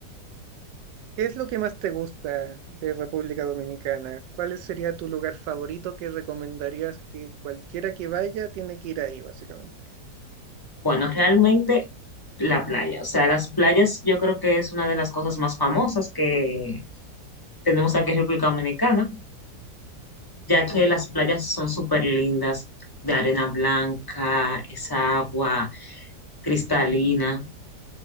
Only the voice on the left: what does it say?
Bueno, realmente la playa, o sea, las playas yo creo que es una de las cosas más famosas que tenemos aquí en República Dominicana, ya que las playas son súper lindas, de arena blanca, esa agua cristalina